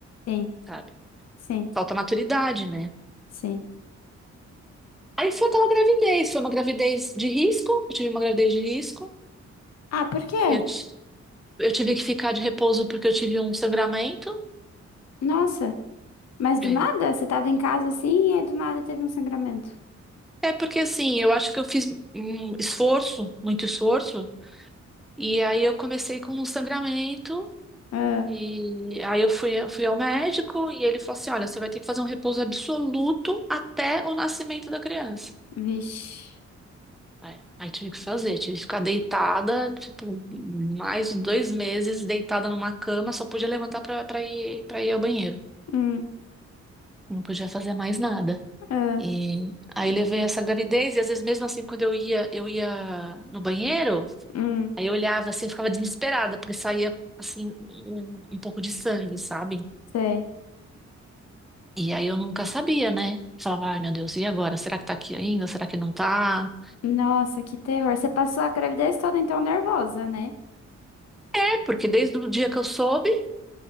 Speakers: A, on the left; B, in the centre.
A: sim,
B: sabe?
A: sim,
B: Falta maturidade, né?
A: sim.
B: Aí foi aquela gravidez, foi uma gravidez de risco, eu tive uma gravidez de risco.
A: Ah, por quê?
B: Eu, ti- eu tive que ficar de repouso porque eu tive um sangramento.
A: Nossa, mas do
B: É.
A: nada? Você tava em casa assim e aí do nada teve um sangramento.
B: É porque assim, eu acho que eu fiz um esforço, muito esforço, e aí eu comecei com um sangramento,
A: Ah,
B: e aí eu fui, fui ao médico e ele falou assim: olha, você vai ter que fazer um repouso absoluto até o nascimento da criança.
A: vixe.
B: É. Aí tive que fazer, tive que ficar deitada, tipo, mais de dois meses deitada numa cama, só podia levantar pra, pra ir, pra ir ao banheiro.
A: Hum,
B: Não podia fazer mais nada.
A: ah,
B: E aí levei essa gravidez, e às vezes mesmo assim, quando eu ia, eu ia no banheiro,
A: hum,
B: aí eu olhava assim, eu ficava desesperada, porque saía assim, um, um pouco de sangue, sabe?
A: sei.
B: E aí eu nunca sabia, né? Falava, ai meu Deus, e agora? Será que tá aqui ainda? Será que não tá?
A: Nossa, que terror. Você passou a gravidez toda então nervosa, né?
B: É, porque desde o dia que eu soube